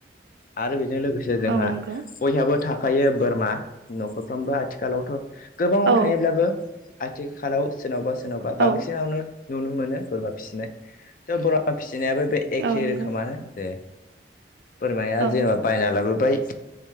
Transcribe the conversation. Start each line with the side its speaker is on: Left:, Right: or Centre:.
Left: आरो बेजों लोगोसे जोंहा
Right: औ नंगौ
Left: बयहाबो थाखायो बोरमा न'खरफ्रामबो आथिखालावथ' गोबाङाव
Right: औ
Left: थायालाबो आथिखालाव सोरनावबा सोरनावबा
Right: औ
Left: बांसिनावनो नुनो मोनो बोरमा फिसिनाय स' बोरमा फिसिनायाबो बे एखे
Right: औ नंगौ
Left: रोखोमानो जे बोरमाया
Right: औ
Left: जेनेबा बायना लाबो फ्राय